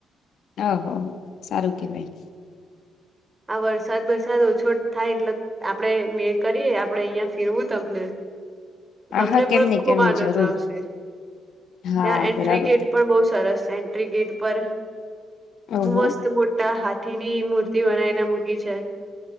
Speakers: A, on the left; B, on the right.
A: હા હો સારું કેવાય.
B: આ વરસાદ વસાદ ઓછો થાય એટલે આપડે મેં કરીએ આપડે અહિયાં ફેરવું તમને
A: હા
B: તમને
A: હા કેમ
B: પણ
A: નહી
B: ખુબ
A: કેમ નહી
B: આનંદ
A: જરૂર
B: આવશે.
A: હા
B: ત્યાં એન્ટ્રી
A: બરાબર
B: ગેટ પણ બહુ સરસ છેન. તે ગેટ પર
A: ઓહો
B: મસ્ત મોટા હાથીની મૂર તે બનાઇને મૂકી છે.